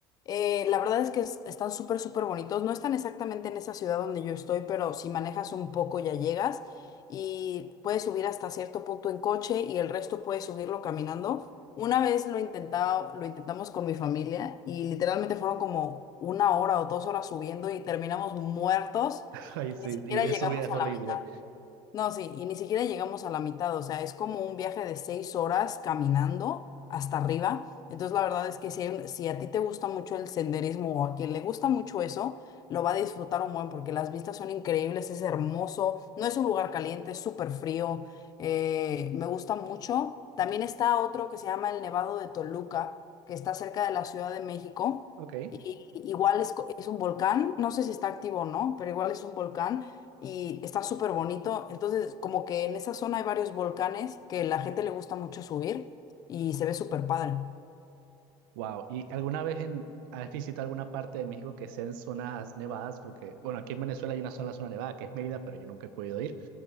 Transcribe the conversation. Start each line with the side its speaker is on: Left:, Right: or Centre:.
Left: Eh, la verdad es que es- están súper, súper bonitos, no están exactamente en esa ciudad donde yo estoy, pero si manejas un poco ya llegas y puedes subir hasta cierto punto en coche y el resto puedes subirlo caminando. Una vez lo intentaba, lo intentamos con mi familia y literalmente fueron como una hora o dos horas subiendo y terminamos muertos
Right: Ay,
Left: y
Right: sí,
Left: ni siquiera
Right: ir en
Left: llegamos
Right: subida es horrible.
Left: a la mitad. No, sí, y ni siquiera llegamos a la mitad, o sea, es como un viaje de seis horas caminando hasta arriba. Entonces, la verdad es que si, hay un- si a ti te gusta mucho el senderismo o a quien le gusta mucho eso, lo va a disfrutar un buen porque las vistas son increíbles, es hermoso, no es un lugar caliente, es súper frío, eh, me gusta mucho. También está otro que se llama el Nevado de Toluca, que está cerca de la Ciudad de México.
Right: Ok.
Left: Y, y- igual es, co- es un volcán, no sé si está activo o no, pero igual es un volcán y está súper bonito. Entonces, como que en esa zona hay varios volcanes que la gente le gusta mucho subir y se ve súper padre.
Right: Wow, ¿y alguna vez en, has visitado alguna parte de México que sea en zonas nevadas? Porque, bueno, aquí en Venezuela hay una zona, zona nevada que es Mérida, pero yo nunca he podido ir.